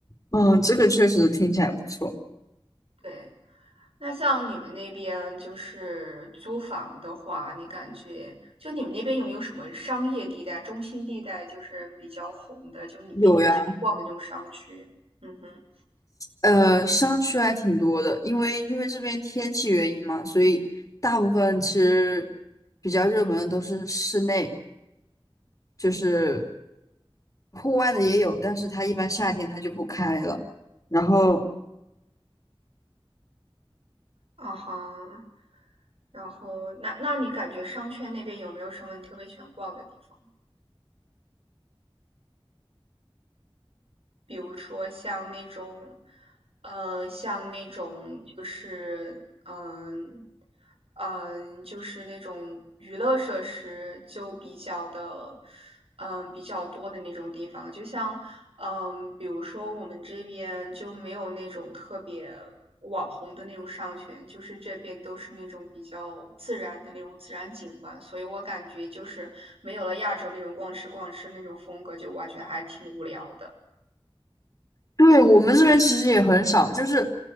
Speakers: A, on the left (about 35°); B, on the right (about 80°).
A: 嗯，这个确实听起来不错。
B: 对。那像你们那边就是租房的话，你感觉就你们那边有没有什么商业地带、中心地带，就是比较红的，就你平时喜欢逛的那种商区？
A: 有呀，
B: 嗯哼，
A: 呃，商区还挺多的，因为因为这边天气原因嘛，所以大部分其实比较热门的都是室内，就是户外的也有，但是它一般夏天它就不开了。然后
B: 啊哈，然后那那你感觉商圈那边有没有什么你特别喜欢逛的地方？比如说像那种，嗯，像那种就是，嗯嗯，就是那种娱乐设施就比较的，嗯，比较多的那种地方。就像，嗯，比如说我们这边就没有那种特别网红的那种商圈，就是这边都是那种比较自然的那种自然景观，所以我感觉就是没有了亚洲那种逛吃逛吃那种风格，就我觉得还挺无聊的。
A: 对，我们这边其实也很少，就是